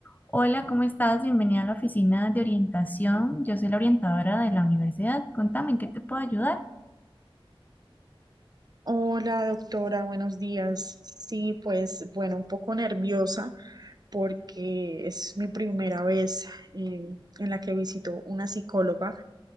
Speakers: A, on the left; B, on the right.
A: Hola, ¿cómo estás? Bienvenida a la oficina de orientación. Yo soy la orientadora de la universidad. Contame, ¿en qué te puedo ayudar?
B: Hola, doctora, buenos días. Sí, pues bueno, un poco nerviosa porque es mi primera vez eh, en la que visito una psicóloga.